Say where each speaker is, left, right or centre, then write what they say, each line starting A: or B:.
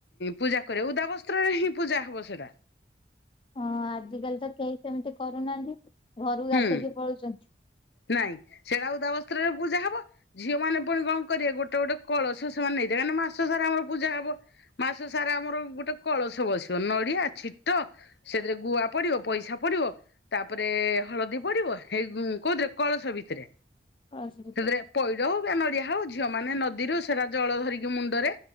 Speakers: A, on the left; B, on the left.
A: ପୂଜା କରିବେ। ଓଦା ବସ୍ତ୍ରରେ ହିଁ ପୂଜା ହବ ସେଟା।
B: ହଁ। ଆଜିକାଲି ତ କେହି ସେମିତି କରୁନାହାନ୍ତି। ଘରୁ ଗାଧେଇକି
A: ହୁଁ।
B: ପଳଉଛନ୍ତି।
A: ନାଇଁ ସେଇଟା ଓଦା ବସ୍ତ୍ରରେ ପୂଜା ହବ। ଝିଅ ମାନେ ପୁଣି କଣ କରିବେ ଗୋଟେ ଗୋଟେ କଳସ ସେମାନେ ନେଇଥିବେ। କାହିଁକି ନା ମାସ ସାରା ଆମର ପୂଜା ହବ। ମାସ ସାରା ଆମର ଗୋଟେ କଳସ ବସିବ। ନଡ଼ିଆ ଛିଟ ସେଥିରେ ଗୁଆ ପଡ଼ିବ, ପଇସା ପଡ଼ିବ, ତାପରେ ହଳଦୀ ପଡ଼ିବ, ହେଇ କୋଉଥିରେ କଳସ ଭିତରେ।
B: କଳସ ଭିତରେ
A: ସେଥିରେ ପଇଡ଼ ହଉ ବା ନଡ଼ିଆ ହଉ, ଝିଅମାନେ ନଦୀରୁ ସେଟା ଜଳ ଧରିକି ମୁଣ୍ଡରେ